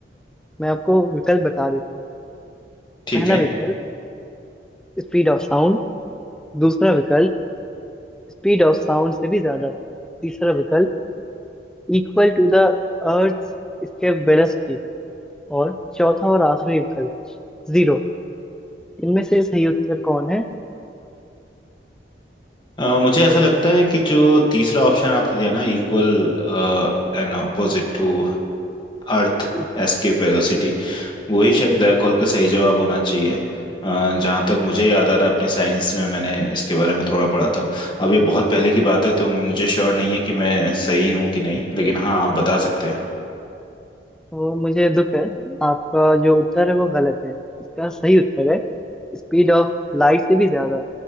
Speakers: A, in the centre; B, on the left.
A: मैं आपको विकल्प बता देता हूँ
B: ठीक
A: पहला
B: है
A: विकल्प स्पीड ऑफ साउंड दूसरा विकल्प स्पीड ऑफ साउंड से भी ज्यादा तीसरा विकल्प equal to the earth escape velocity और चौथा और आखिरी विकल्प जीरो इनमें से सही उत्तर कौन है
B: अ, मुझे ऐसा लगता है कि जो तीसरा ऑप्शन आपने दिया ना equal and opposite to earth
A: इ-
B: escape velocity वही शायद ब्लैक होल का सही जवाब होना चाहिए अ, जहाँ तक मुझे याद आ रहा है अपनी साइंस में मैंने इसके बारे में थोड़ा पढ़ा था अब ये बहुत पहले की बात है तो मुझे श्योर नहीं है कि मैं सही हूँ कि नहीं लेकिन हाँ आप बता सकते हैं
A: तो मुझे दुख है आपका जो उत्तर है वो गलत है इसका सही उत्तर है स्पीड ऑफ लाइट से भी ज्यादा